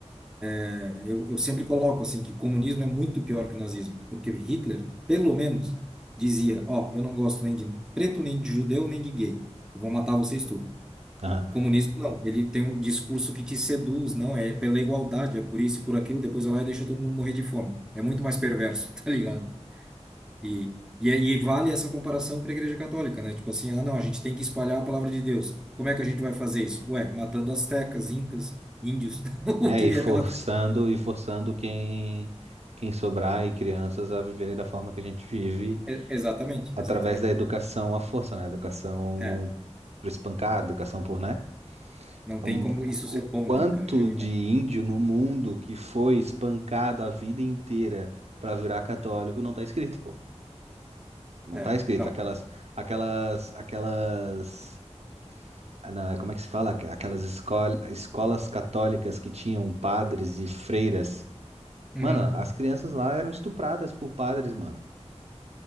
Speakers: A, in the centre; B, on the right.
A: é, eu, eu sempre coloco assim que comunismo é muito pior que o nazismo, porque Hitler, pelo menos, dizia, ó, eu não gosto nem de preto, nem de judeu, nem de gay. Eu Vou matar vocês tudo.
B: Aham.
A: Comunismo não, ele tem um discurso que te seduz, não, é É pela igualdade, é por isso e por aquilo, depois vai lá e deixa todo mundo morrer de fome. É muito mais perverso, <laughs> tá ligado? E, e, é- e vale essa comparação para a Igreja Católica, né? Tipo assim, ah, não, a gente tem que espalhar a palavra de Deus. Como é que a gente vai fazer isso? Ué, matando astecas, incas, índios, <laughs> o
B: É,
A: que
B: e
A: vier
B: forçando
A: pela.
B: e forçando quem quem sobrar e crianças a viverem da forma que a gente vive
A: É, exatamente,
B: através
A: exatamente.
B: da educação à força, né? Educação
A: É,
B: por espancar, educação por, né?
A: não
B: Um-
A: tem como isso
B: o
A: ser bom,
B: quanto
A: né, cara, genuinamente.
B: de índio no mundo que foi espancado a vida inteira para virar católico não tá escrito, pô. Não
A: É,
B: tá escrito.
A: não.
B: Aquelas, aquelas, aquelas ah, Não, é como é que se fala? Aquelas escol- escolas católicas que tinham padres e freiras
A: Uhum.
B: Mano, as crianças lá eram estupradas por padres, mano.